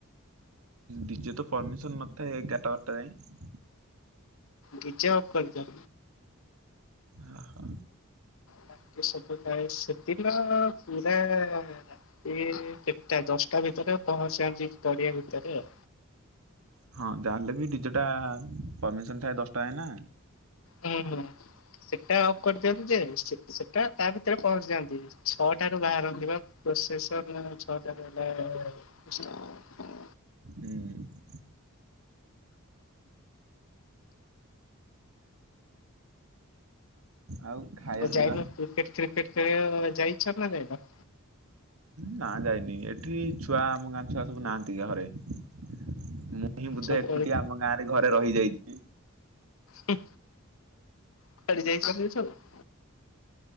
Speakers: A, on the right; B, on the left.
A: ଡିଜେ ତ ପରମିଶନ ନଥାଏ ଏଗାରଟା ବାରଟା ଯାଏଁ।
B: ଡ଼ିଜେ ଅଫ୍ କରିଦିଅ।
A: ଓ ହୋ।
B: ବାକି ସବୁ ଥାଏ ସେଦିନ ପୁରା ଆ ସେ କେତଟା ଦଶଟା ଭିତରେ ପହଞ୍ଚିଥାନ୍ତି ପଡ଼ିଆ ଭିତରେ ଆଉ।
A: ହଁ ଯାହାହେଲେ ବି ଡିଜେଟା ପରମିସନ୍ ଥାଏ ଦଶଟା ଯାଏଁନା।
B: ହୁଁ ହୁଁ ସେଟା ଅଫ୍ କରିଦିଅନ୍ତି ଯେ ସେଟା ତା ଭିତରେ ପହଞ୍ଚି ଯାଆନ୍ତି। ଛଅଟାରୁ ବାହାରନ୍ତି ବା ପ୍ରୋସେସନ ଛଅଟା ର ହେଲା ହଁ
A: ହୁଁ। ଆଉ। ଖାଇବା
B: ତୁ
A: ପିଇବା
B: ଯାଇନୁ କ୍ରିକେଟ ଫ୍ରିକେଟ ଖେଳ ଯାଇଛ ନା ଯାଇନ?
A: ନାଁ ଯାଇନି ଏଠି ଛୁଆ ଆମ ଗାଁ ଛୁଆ ସବୁ ନାହାନ୍ତି ଘରେ ମୁଁ ମୁଁ ବୁଧେ
B: ସବୁ
A: ଏକୁଟିଆ ଆମ ଗାଁରେ ଘରେ ରହିଯାଇଥିଲି।
B: ହୁଁ କୁଆଡ଼େ ଯାଇଛନ୍ତି ସବୁ।